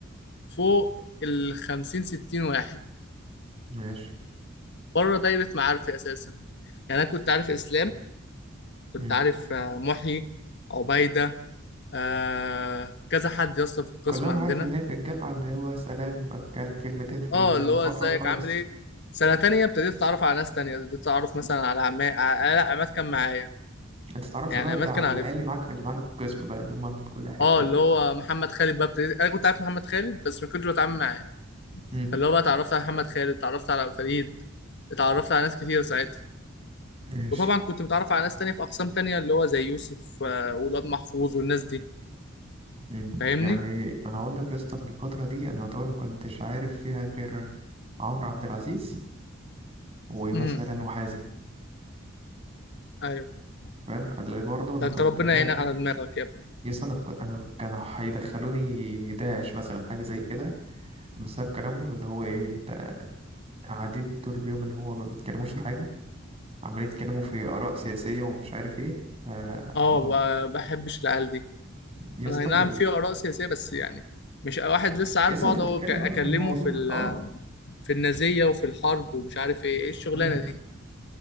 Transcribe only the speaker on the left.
فوق ال 50 60 واحد
بره دايره معارفي اساسا يعني انا كنت عارف اسلام كنت
عارف آه، محيي عبيده آه كذا حد يا اسطى في القسم
عندنا
اه اللي هو ازيك
عامل ايه سنه تانية ابتديت اتعرف على ناس تانية ابتديت اتعرف مثلا على عماد لا عماد كان معايا
يعني
عماد
كان عارف
اه اللي هو محمد خالد بقى ابتديت انا كنت عارف محمد خالد بس ما كنتش بتعامل معاه
فاللي هو بقى اتعرفت على محمد خالد اتعرفت على فريد اتعرفت على ناس كتير ساعتها
وطبعا كنت متعرف على ناس تانية في اقسام تانية اللي هو زي يوسف آه، والواد محفوظ والناس دي
فاهمني
امم
ايوه
ده
انت ربنا
يعينك على دماغك يا ابني
اه
ب- بحبش العيال دي
انا
اي نعم
في اراء سياسية بس يعني مش واحد لسه عارف
اقعد
أقول- اكلمه
في ال-
في النازية وفي الحرب ومش عارف ايه ايه الشغلانة
دي